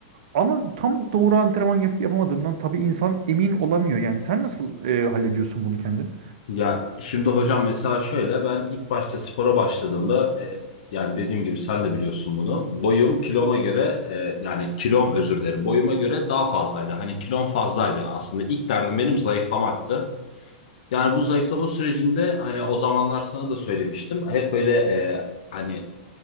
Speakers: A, on the right (about 55°); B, on the left (about 60°).
A: Ama tam doğru antrenman yapıp yapamadığımdan tabii insan emin olamıyor. Yani sen nasıl e, hallediyorsun bunu kendin?
B: Ya şimdi hocam mesela şöyle ben ilk başta spora başladığımda e, yani dediğim gibi sen de biliyorsun bunu. Boyum kiloma göre e, yani kilom özür dilerim boyuma göre daha fazlaydı. Hani kilom fazlaydı aslında ilk derdim benim zayıflamaktı. Yani bu zayıflama sürecinde hani o zamanlar sana da söylemiştim. Hep böyle e, hani